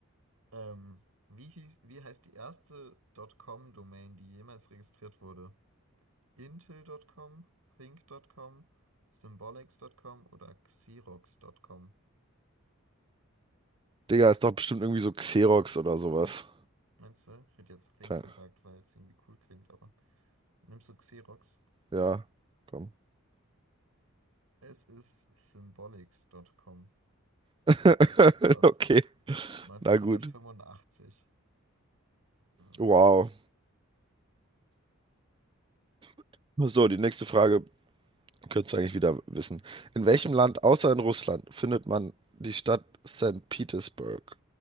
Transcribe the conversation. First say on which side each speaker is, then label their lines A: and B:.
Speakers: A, on the right; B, on the right.
A: Ähm, wie, hieß- wie heißt die erste .com-Domain, die jemals registriert wurde? Intel.com, Think.com, Symbolics.com oder Xerox.com.
B: Digga, ist doch bestimmt irgendwie so Xerox oder sowas.
A: Meinst du? Ich hätte jetzt Think
B: Kein,
A: gesagt, weil es irgendwie cool klingt, aber nimmst du Xerox?
B: ja, komm.
A: Es ist Symbolics.com.
B: <laughs>
A: Krass.
B: Okay,
A: 1985.
B: na gut.
A: Hm,
B: Wow. So, die nächste Frage könntest du eigentlich wieder wissen. In welchem Land außer in Russland findet man die Stadt St. Petersburg?